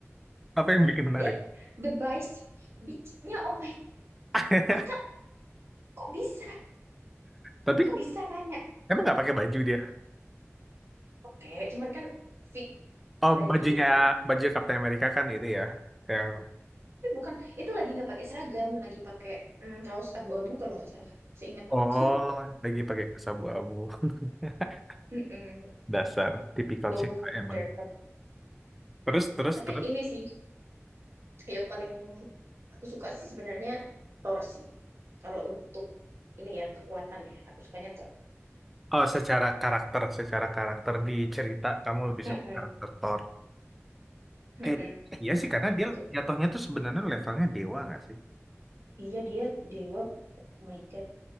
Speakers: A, in the centre; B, on the right.
A: apa yang bikin menarik?
B: Ih, the Vice beach-nya oh my
A: <laughs>
B: kakak kok bisa
A: Tapi
B: kok
A: kamu
B: bisa nanya.
A: emang nggak pakai baju dia?
B: Oke, cuman kan fit
A: Oh,
B: body
A: bajunya
B: gitu loh.
A: baju Captain America kan itu ya, yang
B: Tapi bukan itu lagi nggak pakai seragam, lagi pakai mm, kaos abu-abu kalau nggak salah. Seingat
A: oh
B: aku.
A: lagi pakai kaos abu-abu. <laughs>
B: Mm-mm,
A: Dasar, tipikal
B: Bubble
A: cewek emang.
B: Dirt.
A: Terus, terus,
B: Tapi
A: terus.
B: ini sih yang paling aku suka sih sebenarnya Thor sih. Kalau untuk ini ya kekuatan ya, aku sukanya Thor.
A: Oh, secara karakter, secara karakter di cerita kamu lebih
B: Mm-mm,
A: suka karakter Thor.
B: mm-mm,
A: Kayak, iya sih, karena dia
B: Betul.
A: jatuhnya tuh sebenarnya levelnya dewa nggak sih?
B: Iya dia dewa. Oh my God.